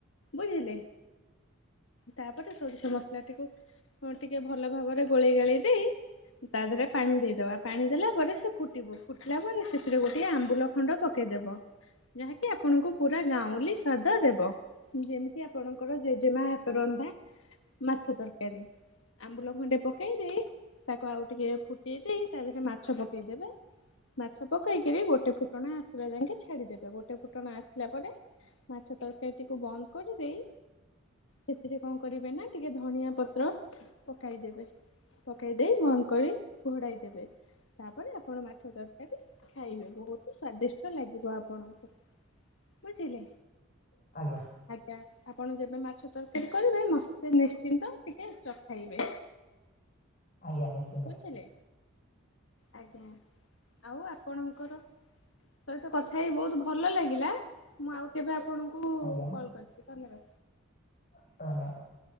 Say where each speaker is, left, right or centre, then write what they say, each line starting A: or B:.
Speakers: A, on the left; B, on the left.
A: ବୁଝିଲେ। ତାପରେ ସୋରିଷ ମସଲାଟିକୁ ଟିକେ ଭଲ ଭାବରେ ଗୋଳେଇ ଗାଳେଇ ଦେଇ ତା ଦେହରେ ପାଣି ଦେଇଦବା। ପାଣି ଦେଲା ପରେ ସେ ଫୁଟିବ, ଫୁଟିଲା ପରେ ସେଥିରେ ଗୋଟେ ଆମ୍ବୁଲ ଖଣ୍ଡ ପକେଇଦବ, ଯାହାକି ଆପଣଙ୍କୁ ପୁରା ଗାଉଁଲି ସ୍ୱାଦ ଦେବ। ଯେମିତି ଆପଣଙ୍କର ଜେଜେମା ହାତ ରନ୍ଧା ମାଛ ତରକାରୀ। ଆମ୍ବୁଲ ଖଣ୍ଡେ ପକେଇ ଦେଇ, ତାକୁ ଆଉ ଟିକେ ଫୁଟେଇ ଦେଇ ତା ଦେହରେ ମାଛ ପକେଇଦେବେ, ମାଛ ପକେଇକରି ଗୋଟେ ଫୁଟଣା ଆସି ଲା ଯାଇକି ଛାଡିଦେବେ, ଗୋଟେ ଫୁଟଣ ଆସିଲା ପରେ ମାଛ ତରକାରୀଟିକୁ ବନ୍ଦ କରିଦେଇ ସେଥିରେ କଣ କରିବେ ନା, ଟିକେ ଧଣିଆ ପତ୍ର ପକାଇଦେବେ। ପକାଇଦେଇ, ବନ୍ଦ କରି ଘୋଡାଇ ଦେବେ। ତାପରେ ଆପଣ ମାଛ ତରକାରୀ ଖାଇବେ। ବହୁତ ସ୍ଵାଦିଷ୍ଟ ଲାଗିବ ଆପଣଙ୍କୁ, ବୁଝିଲେ।
B: ଆଜ୍ଞା
A: ଆଜ୍ଞା ଆପଣ ଯେବେ ମାଛ ତରକାରୀ କରିବେ, ମତେ ନିଶ୍ଚିନ୍ତ ଟିକେ ଚଖାଇବେ।
B: ଆଜ୍ଞା ନିଶ୍ଚ
A: ବୁଝିଲେ ଆଜ୍ଞା। ଆଉ ଆପଣଙ୍କର ସହିତ କଥା ହେଇ ବହୁତ ଭଲ ଲାଗିଲା। ମୁଁ ଆଉ କେବେ ଆପଣଙ୍କୁ
B: ଆଜ୍ଞା
A: କଲ୍ କରିବି, ଧନ୍ୟବାଦ।
B: <unintelligible>